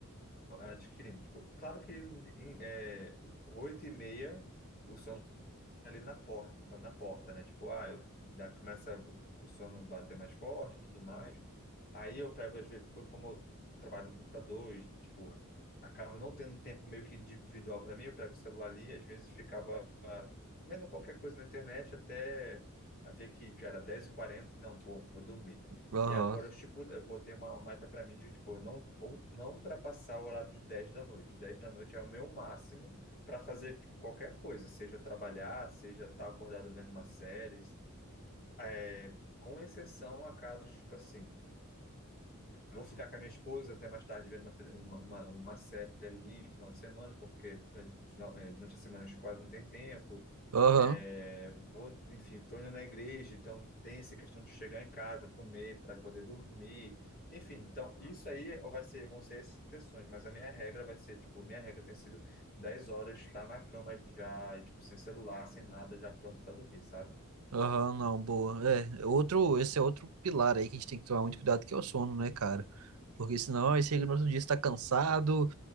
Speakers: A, on the left (about 45°); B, on the right (about 85°).
A: adquirindo, tipo, claro que em, é, oito e meia o sono ali na porta, na porta, né? Tipo, ah, eu, dá, começa o o sono bater mais forte e tudo mais. Aí eu pego, às vezes, porque como eu trabalho no computador e, tipo, acabo não tendo um tempo meio que individual para mim, eu pego o celular ali e às vezes ficava ah, vendo qualquer coisa na internet até a ver que tipo, era dez e quarenta e não, pô, vou dormir.
B: Aham.
A: E agora eu, tipo, eu botei uma meta para mim de, tipo, eu não, ou- não ultrapassar o horário de 10 da noite. dez da noite é o meu máximo para fazer tipo, qualquer coisa, seja trabalhar, seja estar acordado vendo uma série, é, com exceção a casos tipo assim Vou ficar com a minha esposa até mais tarde vendo uma, tele- uma, uma, uma série ali, final de semana, porque a final- eh, durante a semana a gente quase não tem tempo.
B: Aham.
A: É, vou, enfim, estou indo na igreja, então tem essa questão de chegar em casa, comer para poder dormir. Enfim, então isso aí vai ser, vão ser exceções, mas a minha regra vai ser, tipo, minha regra tem sido 10 horas, estar na cama já, e, tipo, sem celular, sem nada, já pronto para dormir, sabe?
B: Aham, não, boa. É, outro, esse é outro pilar aí que a gente tem que tomar muito cuidado, que é o sono, né, cara? Porque senão aí chega no outro dia, você tá cansado,